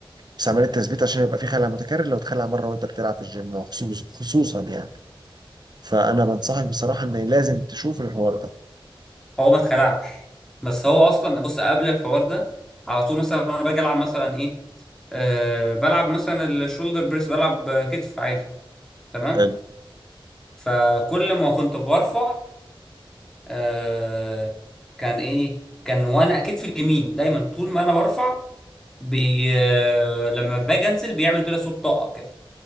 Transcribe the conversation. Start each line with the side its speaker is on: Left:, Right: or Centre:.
Right: بس عمليه تثبيت عشان يبقى في خلع متكرر لو اتخلع مره وانت بتلعب في الجيم خصوص- خصوصا يعني فانا بنصحك بصراحه ان لازم تشوف الحوار ده
Centre: هو ما اتخلعش بس هو اصلا بص قبل الحوار ده على طول مثلا انا باجي العب مثلا ايه أه بلعب مثلا الشولدر بريس بلعب آه، كتف عادي تمام
Right: حلو
Centre: فكل ما كنت برفع أه كان ايه كان وانا كتفي اليمين دايما طول ما انا برفع بي آه، لما باجي انزل بيعمل كده صوت طاقه كده